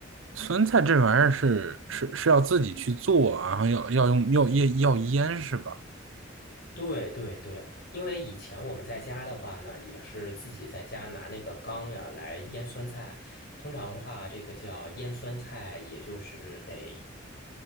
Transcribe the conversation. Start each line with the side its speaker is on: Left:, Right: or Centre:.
Right: 酸菜这玩意儿是是是要自己去做啊然后要要用要腌要腌是吧？
Left: 对对对，因为以前我们在家的话呢，也是自己在家拿那个缸呀来腌酸菜。通常的话，这个叫腌酸菜，也就是得